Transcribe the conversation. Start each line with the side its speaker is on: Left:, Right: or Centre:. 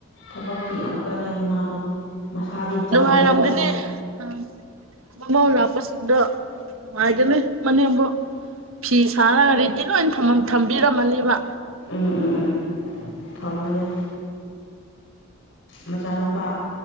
Left: ꯊꯕꯛꯇꯤ ꯌꯥꯝ ꯀꯜꯂꯦ ꯃꯃꯥꯗꯣ ꯃꯁꯥꯗꯤ ꯆꯥꯎꯋꯦꯕ
Right: ꯅꯨꯉꯥꯏꯔꯝꯒꯅꯤ
Left: ꯃꯥꯁꯨ
Right: ꯑꯝ ꯃꯃꯧ ꯂꯥꯛ ꯆꯥꯁꯤꯡꯗꯨ ꯅꯨꯡꯉꯥꯏꯒꯅꯤ ꯃꯅꯦꯝꯕꯣꯛ ꯐꯤ ꯁꯥꯔꯒ ꯔꯦꯗꯤ ꯂꯣꯏ ꯊꯝꯃꯝ ꯊꯝꯕꯤꯔꯝꯃꯅꯦꯕ
Left: ꯎꯝ ꯎꯝ ꯎꯝ ꯊꯝꯕꯅꯦ ꯃꯆꯥꯅꯨꯄꯥ